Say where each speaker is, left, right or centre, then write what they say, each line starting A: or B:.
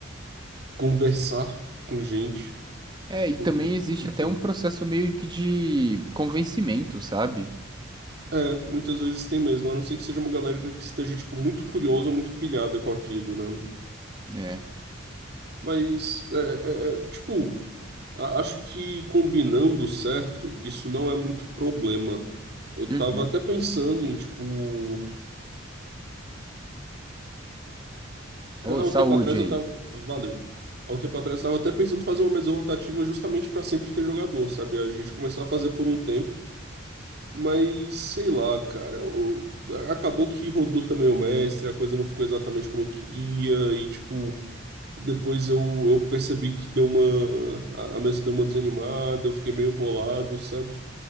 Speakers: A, on the right (about 50°); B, on the right (about 20°).
A: conversar com gente,
B: É, e
A: com-
B: também existe
A: enfim.
B: até um processo meio que de convencimento, sabe?
A: É, muitas vezes tem mesmo, a não ser que seja uma galera que esteja, tipo, muito curiosa, muito pilhada com aquilo, né?
B: É.
A: Mas, é, é, é, tipo, a- acho que combinando certo, isso não é muito problema. Eu
B: Uhum.
A: tava até pensando em, tipo...
B: Ô,
A: Há
B: saúde
A: um tempo atrás eu
B: aí.
A: tava... Valeu. Há um tempo atrás eu tava até pensando em fazer uma mesa rotativa justamente para sempre ter jogador, sabe? A gente começar a fazer por um tempo Mas sei lá, cara. eu- acabou que rodou também o mestre, a coisa não ficou exatamente como eu queria, e tipo, depois eu, eu percebi que deu uma. A, a mesa deu uma desanimada, eu fiquei meio bolado, sabe?